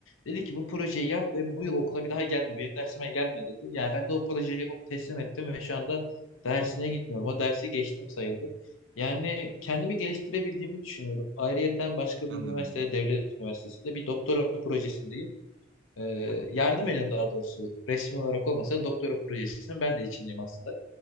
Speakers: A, on the left (about 85°); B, on the right (about 60°).
A: Dedi ki bu projeyi yap ve bu yıl okula bir daha gelme. Benim dersime gelme dedi. Yani ben de o projeyi yapıp teslim ettim ve şu anda dersine gitmiyorum. O dersi geçtim sayıldı. Yani kendimi geliştirebildiğimi düşünüyorum. Ayrıyeten başka
B: Anladım.
A: bir üniversitede, devlet üniversitesinde bir doktora projesindeyim. Ee,
B: Hı hı.
A: yardım ediyorum daha doğrusu. Resmi olarak olmasa da doktora projesinin ben de içindeyim aslında.